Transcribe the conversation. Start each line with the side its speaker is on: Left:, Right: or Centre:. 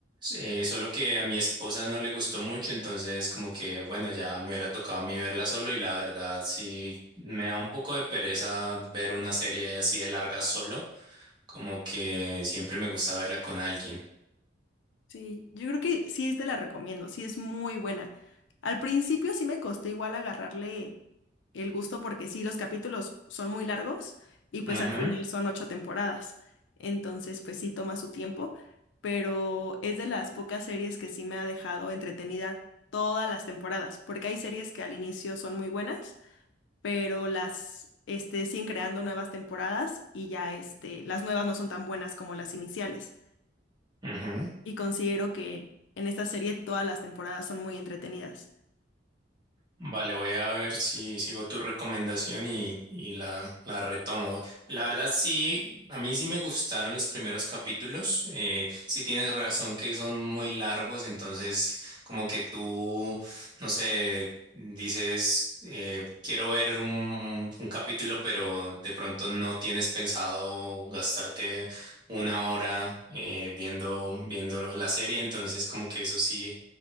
Right: eh, solo que a mi esposa no le gustó mucho, entonces como que bueno, ya me hubiera tocado a mí verla solo y la verdad sí me da un poco de pereza ver una serie así de larga solo, como que siempre me gusta verla con alguien.
Left: Sí, yo creo que sí te la recomiendo, sí es muy buena. Al principio sí me costó igual agarrarle el gusto porque sí, los capítulos son muy largos y pues
Right: Ujú,
Left: al final son ocho temporadas. Entonces pues sí toma su tiempo, pero es de las pocas series que sí me ha dejado entretenida todas las temporadas, porque hay series que al inicio son muy buenas, pero las este, siguen creando nuevas temporadas y ya este, las nuevas no son tan buenas como las iniciales
Right: ujú.
Left: y considero que en esta serie todas las temporadas son muy entretenidas.
Right: Vale, voy a ver si sigo tu recomendación y, y la, la retomo. La verdad, sí, a mí sí me gustaron los primeros capítulos. Eh, sí tienes razón que son muy largos, entonces como que tú, no sé, dices, eh, quiero ver un, un- un capítulo, pero de pronto no tienes pensado gastarte una hora eh, viendo, viendo la serie, entonces como que eso sí